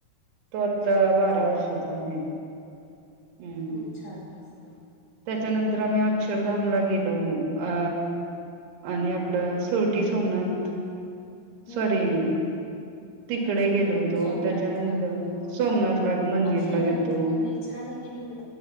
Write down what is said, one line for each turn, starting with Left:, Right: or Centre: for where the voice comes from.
Right: तो आता
Left: होय का
Right: बारा
Left: चांगलं
Right: वर्षाचा आहे हम्म
Left: खूप छान मस्त
Right: त्याच्यानंतर आम्ही अक्षरधामला गेलो अ आणि आपलं सोरटी सोमनाथ
Left: हम्म
Right: सॉरी
Left: हम्म हम्म
Right: इकडे गेलो होतो
Left: सोमनाथ
Right: त्यांच्यानंतर
Left: मंदिर हो हो
Right: सोमनाथ ला मंदिरला
Left: अक्षरधामचं
Right: गेलतो
Left: मंदिर छान आहे की नाही ते